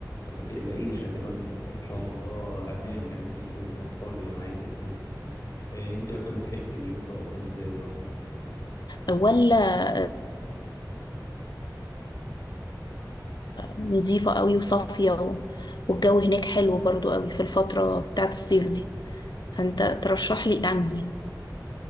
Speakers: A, on the left; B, on the left.
A: فما تقلقيش هتبقى الموضوع ان شاء الله امان يعني ليكي وللاطفال اللي معاكي وكده آه انت مثلا بتحبي اليوم تقضيه ازاي برضه
B: ولا نظيفة قوي وصافية و... والجو هناك حلو برضو قوي في الفترة بتاعت الصيف دي فانت ترشح لي انهي